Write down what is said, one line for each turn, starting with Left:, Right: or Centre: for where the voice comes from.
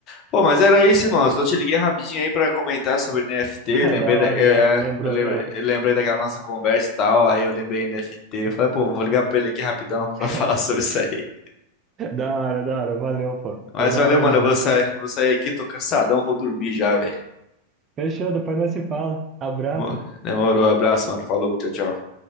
Left: Pô, mas era isso, irmão. Eu Só te liguei rapidinho aí pra comentar sobre NFT.
Right: Ah,
Left: Lembrei
Right: Da
Left: da,
Right: hora,
Left: eu,
Right: da
Left: é,
Right: hora. Lembrou.
Left: eu lembrei,
Right: ah.
Left: eu lembrei daquela nossa conversa e tal. Aí eu lembrei NFT. Eu falei, pô, vou ligar pra ele aqui rapidão pra
Right: <laughs>
Left: <laughs> falar sobre isso aí.
Right: Da hora, da hora. Valeu, pô.
Left: Mas
Right: Foi da
Left: valeu,
Right: hora
Left: mano.
Right: mesmo.
Left: Eu vou sair, vou sair aqui, tô cansadão, vou dormir já, velho.
Right: Fechou, depois nós se fala. Abraço.
Left: Demo- Demorou, abraço, mano. Falou, tchau, tchau.